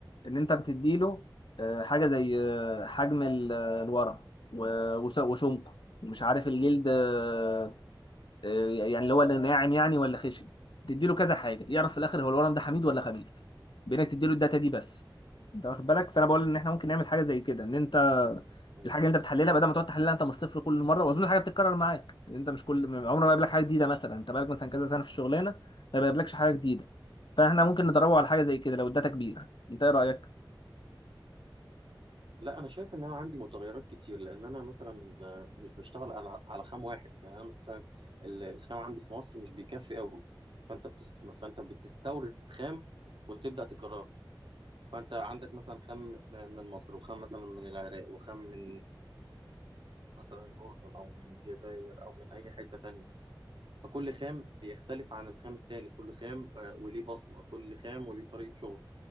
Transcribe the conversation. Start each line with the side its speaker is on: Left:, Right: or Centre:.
Left: ان انت بتديله آه، حاجة زي آه، حجم ال- آه، الورق و- وس- وسمكه ومش عارف الجلد آه، آه، يعني اللي هو اللي ناعم يعني ولا خشن تديله كذا حاجة يعرف في الآخر هو الورم ده حميد ولا خبيث بإنك تديله الداتا دي بس انت واخد بالك فانا بقول ان احنا ممكن نعمل حاجه زي كده ان انت
Right: تمام.
Left: الحاجه اللي انت بتحللها بدل ما تقعد تحللها انت من الصفر كل مره واظن الحاجه بتتكرر معاك انت مش كل عمر ما بيقابلك حاجه جديده مثلا انت بقالك مثلا كذا سنه في الشغلانه ما بيقابلكش حاجه جديده فاحنا ممكن ندربه على حاجه زي كده لو الداتا كبيره انت ايه رايك
Right: لا انا شايف ان انا عندي متغيرات كتير لان انا مثلا آه، مش بشتغل انا على خام واحد يعني انا مثلا ال- الخام عندي في مصر مش بيكفي قوي فانت بتست... فانت بتستورد خام وتبدا تكرره فانت عندك مثلا خام م- من مصر وخام مثلا من العراق وخام من مثلا الاردن او من الجزائر او من اي حته تانية فكل خام بيختلف عن الخام التاني كل خام آه، وليه بصمه كل خام وليه طريقه شغل